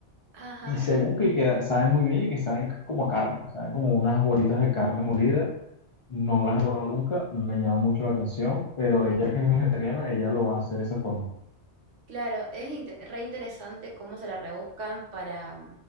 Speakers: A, on the right; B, on the left.
A: Ajá.
B: Y según que queda- saben muy bien y que saben como a carne, saben como unas bolitas de carne molida. No las he probado nunca, me llama mucho la atención, pero ella que es vegetariana, ella lo hace de esa forma.
A: Claro, es inte- re interesante cómo se la rebuscan para,